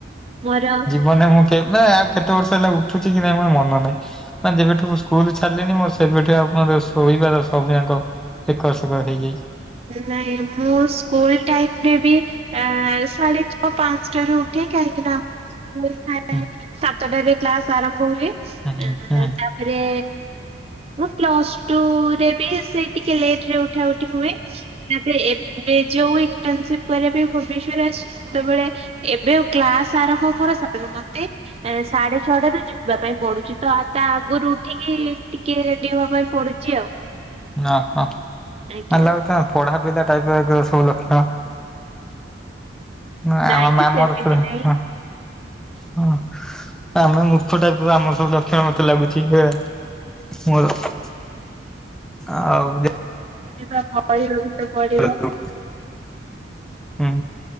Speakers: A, on the right; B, in the centre.
A: ମୋର।
B: ମାନେ ମୁଁ କେନା କେତେ ବର୍ଷ ହେଲା ଉଠୁଛି କି ନାଇଁ ମୋର ମନ ନାହିଁ। ମାନେ ଯେବେଠୁ ମୁଁ ସ୍କୁଲ ଛାଡିଲେଣୀ ମୋ ସେବେଠୁ ଶୋଇବାର <unintelligible> ଏକର ସେକର ହେଇଯାଇ
A: ନାଇଁ ମୁଁ ସ୍କୁଲ ଟାଇମରେ ବି ଏଁ ସାଢ଼େ ଛଅ ପାଞ୍ଚଟାରୁ ଉଠେ କାହିଁକିନା ମୋର ଥାଏ
B: ହୁଁ
A: ସାତଟାରେ କ୍ଲାସ ଆରମ୍ଭ ହୁଏ।
B: ହୁଁ ହୁଁ
A: ଉଁ
B: ହୁଁ
A: ତାପ୍ ରେ ମୁଁ ପ୍ଲସଟୁ ରେ ବି ସେ ଟିକିଏ ଲେଟରେ ଉଠା ଉଠି ହୁଏ। ତାପରେ ଏବେ ଯୋଉ ଇଣ୍ଟନସିପ୍ କରିବା ପାଇଁ ଭୁବନେଶ୍ଵର ଆସି ସେତେବେଳେ ଏବେ ଆଉ କ୍ଲାସ ଆରମ୍ଭ ମୋର ସ ମତେ ଏଁ ସାଢେଛଅଟାରେ ଯି ଯିବା ପାଇଁ ପଡୁଛିତ ଆ ତା ଆଗରୁ ଉଠିକି ଟିକିଏ ରେଡି ହବା ପାଇଁ ପଡୁଛି ଆଉ।
B: ଓହୋ ମାନିଲା
A: ଆଜ୍ଞା
B: କଥା ପଢାପିଲା ଟାଇପ ଫାଇପ ସବୁ ଲକ୍ଷ। ନା
A: ନାଇଁ
B: ଆ ମାମୁଁ
A: ସେମିତି
B: ହର ପୁରା
A: ନାଇଁ
B: ହଁ। ହଁ ଆମେ ମୁର୍ଖ ଟାଇପର ଆମର ସବୁ ଲକ୍ଷଣ ମତେ ଲାଗୁଚି ହେ ମୋର ଆଉ ଯେ
A: <unintelligible> ପଢିବାକୁ ତ ପଡିବ।
B: ରହିଲା ହୁଁ।